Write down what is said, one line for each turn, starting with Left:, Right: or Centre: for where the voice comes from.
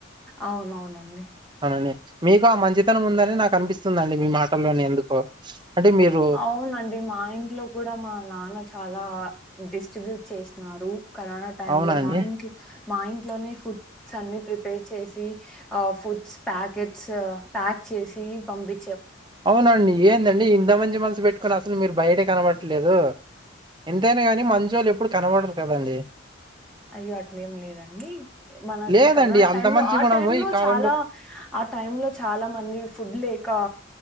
Centre: అవునవునండి
Right: అవునండి మీకు ఆ మంచితనం ఉందని నాకు అనిపిస్తుందండి మీ మాటల్లోనే ఎందుకో అంటే మీరు
Centre: అవునండి మా ఇంట్లో కూడా మా నాన్న చాలా డిస్టిబ్యూట్ చేసినారు కరోన టైమ్లో
Right: అవునండి
Centre: మా ఇంట్లో మా ఇంట్లోనే ఫుడ్సన్ని ప్రిపేర్ చేసి ఆ ఫుడ్స్ ప్యాకెట్స్ ప్యాక్ చేసీ పంపి
Right: అవునండి ఏందండి ఇంత మంచి మనసు పెట్ కుని అసలు మీరు బయట కనబడట్లేదు ఎంతైనా గానీ మంచోళ్ళు ఎప్పుడు కనబడరు కదండి
Centre: అయ్యో అట్లేం లేదండి మనకి
Right: లేదండి
Centre: కరోనా
Right: అంత
Centre: టైం
Right: మంచి
Centre: లో ఆ
Right: గుణము
Centre: టైం లో
Right: ఈ కాలంలో
Centre: చాలా ఆ టైం లో చాలా మంది ఫుడ్ లేక